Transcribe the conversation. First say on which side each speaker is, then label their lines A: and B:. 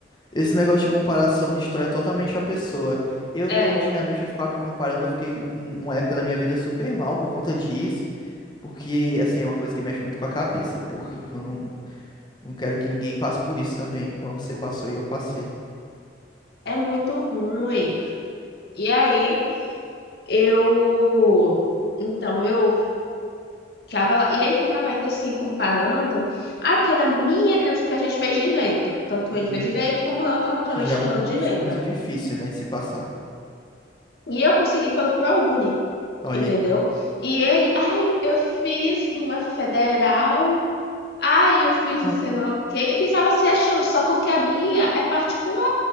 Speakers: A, on the left; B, on the left.
A: Esse negócio de comparação destrói totalmente a pessoa. Eu
B: É,
A: mesmo, antigamente, eu ficava me comparando. Eu fiquei um- uma época da minha vida super mal por conta disso. Porque, assim, é uma coisa que mexe muito com a cabeça. É horrível. Não, não quero que ninguém passe por isso também, igual você passou e eu passei.
B: é muito ruim. E aí, Eu. Então, eu ficava lá. E ele ficava ainda assim, comparando. Ah, porque na minha gravidez, porque a gente fez direito. Tanto
A: Uhum.
B: ele fez direito, como eu estava também
A: Que
B: estudando
A: já é um curso
B: direito.
A: muito difícil, né, de se passar.
B: E eu consegui pelo ProUni,
A: Olha
B: entendeu?
A: aí.
B: E ele, ai, eu fiz numa federal. Ai, eu fiz
A: Ah,
B: não sei lá o quê. E ficava se achando, só porque a minha é particular.